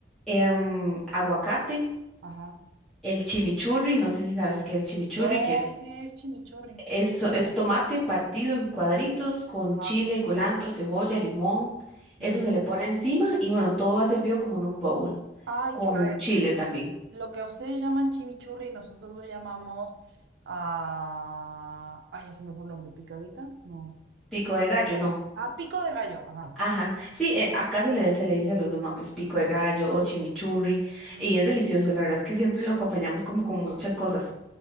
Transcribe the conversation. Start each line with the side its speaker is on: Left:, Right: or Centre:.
Centre: em, aguacate,
Right: ajá.
Centre: el chimichurri, no sé si sabes qué es chimichurri,
Right: No,
Centre: que es,
Right: ¿qué es chimichurri?
Centre: es, es tomate partido en cuadritos con
Right: Ajá.
Centre: chile, culantro, cebolla, limón,
Right: ujú.
Centre: eso se le pone Ujú. encima y bueno, todo va servido como en un baúl,
Right: Ay,
Centre: con
Right: que- a ver,
Centre: chile también.
Right: lo que ustedes llaman chimichurri, nosotros lo llamamos a Ay, ya se me fue el nombre, picadita, no.
Centre: Pico de gallo, no.
Right: Ah, pico de gallo, ajá.
Centre: Ajá, sí, eh, acá se le, se le dice a los dos nombres, pico de gallo o chimichurri,
Right: Mm.
Centre: y es delicioso, la verdad es que siempre lo acompañamos como con muchas cosas.